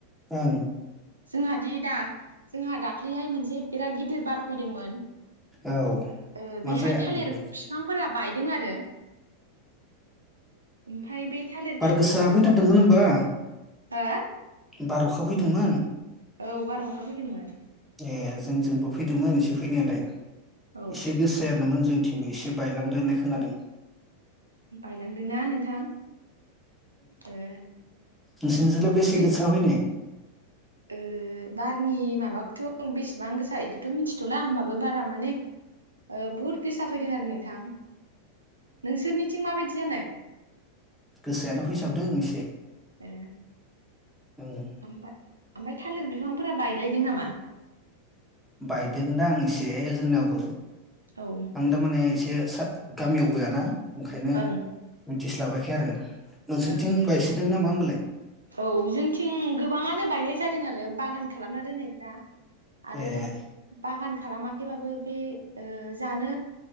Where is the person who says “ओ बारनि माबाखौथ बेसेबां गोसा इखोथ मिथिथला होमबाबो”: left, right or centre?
Right